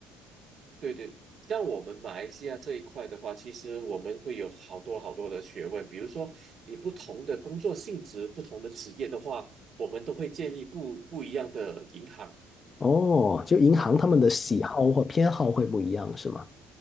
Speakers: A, on the right; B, on the left.
A: 对对。像我们马来西亚这一块的话，其实我们会有好多好多的学问，比如说你不同的工作性质、不同的职业的话，我们都会建议不不一样的银行。
B: 哦，就银行他们的喜好或偏好会不一样，
A: 嗯。
B: 是吗？